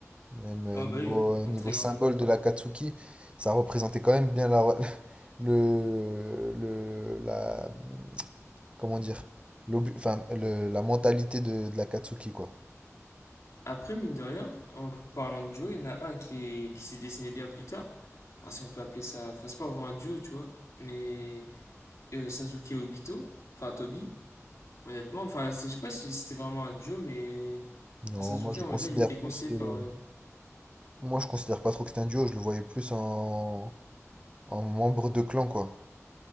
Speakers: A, on the right (about 20°); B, on the left (about 80°).
A: Même euh,
B: Ah
A: niveau,
B: bah oui,
A: euh,
B: un
A: niveau
B: très
A: symbole
B: grand impact.
A: de la Katsuki, ça représentait quand même bien la, <laughs> le, le, la, comment dire, l'obu- enfin, le- la mentalité de, de la Katsuki, quoi.
B: Après, mine de rien, en parlant de duo, il y en a un qui est- qui s'est dessiné bien plus tard. Enfin, si on peut appeler ça. Enfin, c'est pas vraiment un duo, tu vois. Mais euh, Sasuke et Obito, enfin Tobi, honnêtement. Enfin, c'est- je sais pas si c'était vraiment un duo, mais
A: Non,
B: enfin, Sasuke,
A: moi je le
B: on
A: considère
B: va dire, il était
A: plus.
B: conseillé
A: euh,
B: par. euh,
A: moi je considère pas trop que c'est un duo, je le voyais plus en, en membre de clan, quoi.